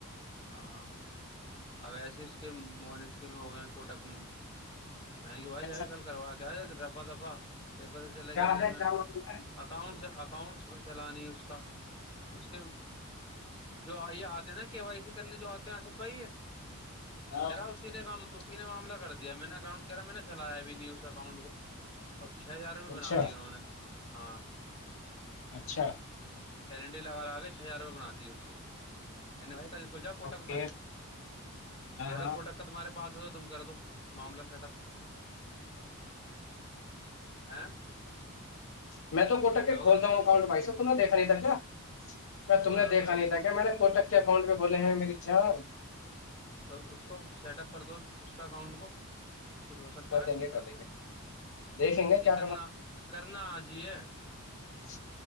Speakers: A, on the left; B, on the left.
A: ہاں ایسے اس کے منک میں ہو گئے فوٹک میں ہی میں نے کہ بھائی
B: ایسا
A: آ
B: کچھ
A: کل کروا
B: نہیں
A: کے آ ففا دپا <inaudible> یہ پتہ چلاے
B: کیا
A: گیا آج ہمیں
B: ہے کیا معاملہ ہے
A: اکاؤنٹ اکاؤنٹ چلانی اس کا اس کے جو آ یہ آتے نا کے وائی سی کرنے جو آتے ہیں آصف بھائی
B: ہاں
A: یراؤ سی نے کام اسی نے معاملہ کر دیا میں نے ان کہ رہا میں نے چھیلایا بھی نہیں اس اکاؤنٹ کو اور چھ ہزار روپئے بنا
B: اچھا
A: دیے انہوں نے ہاں
B: اچھا
A: ایلنڈی لگال گے ہزار روپئے بنا دیے اس کے بھائی کال کو جا کوٹک
B: اوکے
A: میں
B: ہاں
A: یا
B: ہاں
A: تو کوٹک کا تمہارے پاس تم کر دو معاملہ سیٹ اپپ ہے
B: میں تو کوٹک
A: کیا
B: کے
A: ہو
B: کھولتا
A: گیا
B: ہوں اکانٹ بھائی دیکھا نہیں تھا کیا میں
A: بولا
B: تم نے دیکھا
A: تو ہے
B: نہیں
A: لیکن
B: تھا کیا میں نے کوٹک کے اکاؤنٹ کھولے ہیں میری جان
A: تو اس کو سیٹ اپ کر دو اس کا اکاؤنٹ کو کچھ ہو سکتا
B: کر
A: ہے
B: دیں گے کر دیں گے دیکھیں گے کیا
A: یہ کرنا کرنا آ جیے
B: جی